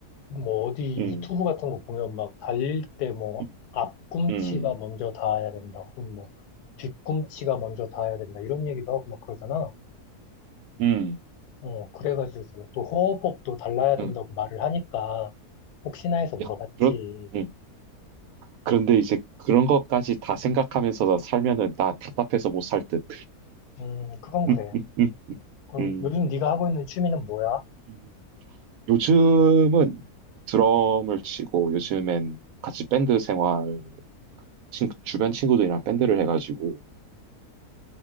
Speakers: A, on the left; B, on the right.
A: 뭐 어디
B: 음,
A: 유튜브 같은 거 보면 막 달릴 때 뭐
B: 음,
A: 앞꿈치가
B: 음,
A: 먼저 닿아야 된다. 혹은 뭐 뒤꿈치가 먼저 닿아야 된다. 이런 얘기도 하고 막 그러잖아.
B: 음,
A: 어, 그래가지고 또 호흡법도 달라야 된다고
B: 음.
A: 말을 하니까 혹시나 해서 물어봤지.
B: 야, 그런, 음. 그런데 이제 그런 것까지 다 생각하면서 살면은 나 답답해서 못 살 듯.
A: 음, 그건 그래.
B: 음, 음,
A: 그럼
B: 음.
A: 요즘 네가 하고 있는 취미는 뭐야?
B: 음. 요즘은 드럼을 치고 요즘엔 같이 밴드 생활 친- 주변 친구들이랑 밴드를 해가지고